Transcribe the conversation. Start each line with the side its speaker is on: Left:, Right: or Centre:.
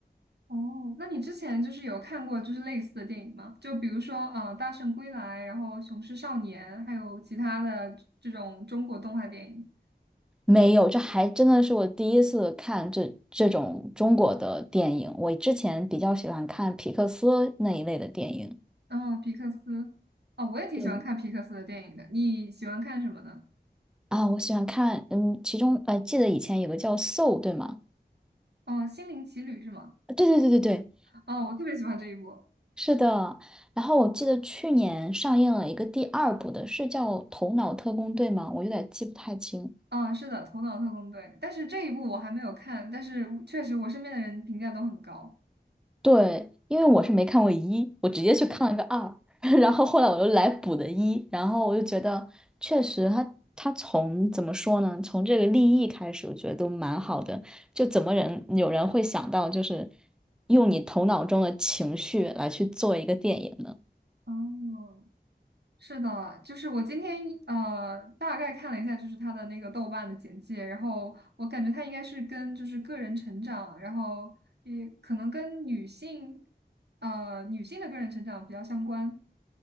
Right: 哦，那你之前就是有看过就是类似的电影吗？就比如说，呃，《大圣归来》，然后《雄狮少年》，还有其他的这种中国动画电影。
Centre: 没有，这还真的是我第一次看这这种中国的电影。我之前比较喜欢看皮克斯那一类的电影。
Right: 哦，皮克斯，哦，我也挺喜欢看皮克斯的电影的。
Centre: 对
Right: 你喜欢看什么呢？
Centre: 啊，我喜欢看，嗯，其中呃，记得以前有个叫《Soul》，对吗？
Right: 哦，《心灵奇旅》是吗？
Centre: 对对对对对，
Right: 哦，我特别喜欢这一部。
Centre: 是的。然后我记得去年上映了一个第二部的，是叫《头脑特工队》吗？我有点记不太清。
Right: 啊，是的，《头脑特工队》，但是这一部我还没有看，但是我确实我身边的人评价都很高。
Centre: 对，因为我是没看过一，我直接去看了个二，<laughs> 然后后来我又来补的一，然后我就觉得确实他他从怎么说呢，从这个立意开始，我觉得都蛮好的。就怎么人有人会想到，就是用你头脑中的情绪来去做一个电影呢？
Right: 哦，是的，就是我今天呃大概看了一下，就是他的那个豆瓣的简介，然后我感觉他应该是跟就是个人成长，然后也可能跟女性呃女性的个人成长比较相关。